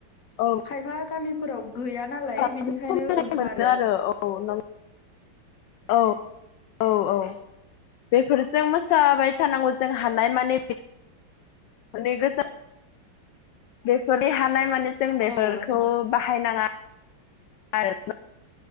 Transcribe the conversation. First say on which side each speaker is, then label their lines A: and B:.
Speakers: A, on the left (about 70°); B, on the left (about 45°).
A: औ
B: खायफा गामि फोराव गैया नालाय
A: बांसिन
B: बेनिखायनो
A: समायनाय
B: ओंखारो।
A: मोनो आरो औ नं औ औ औ बेफोरजों मोसाबाय थानांगौ जों हानाय मानि माने गोजान बेफोरनि हानाय माने जों बेफोरखौ
B: औ नोंथां
A: बाहायनाङा आरो